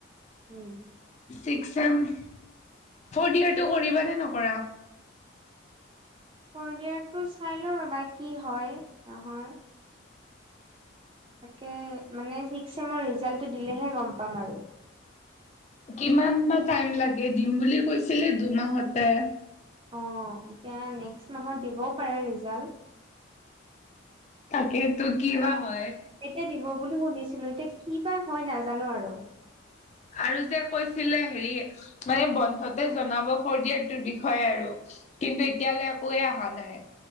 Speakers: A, on the right (about 25°); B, on the left (about 35°).
A: উম।
B: Six same. ফৰ্থ ইয়েৰটো কৰিব নে নকৰা?
A: ফৰ্থ ইয়েৰটো চাই লওঁ ৰবা কি হয় নহয়। তাকে মানে ছিক্স চেমৰ ৰিজাল্টটো দিলেহে গম পাম আৰু।
B: কিমান বা টাইম লাগে, দিম বুলি কৈছিলে দুমাহতে।
A: অঁ এতিয়া নেক্সট মাহত দিবও পাৰে ৰিজাল্ট।
B: তাকেটো কিবা হয়!
A: এ দিব বুলি শুনিছিলো, এতিয়া কি বা হয় নাজানো আৰু।
B: আৰু যে কৈছিলে হেৰি- মানে বন্ধতে জনাব কৈ দিয়াটো বিষয়ে আৰু। কিন্তু এতিয়ালৈ একোৱে অহা নাই।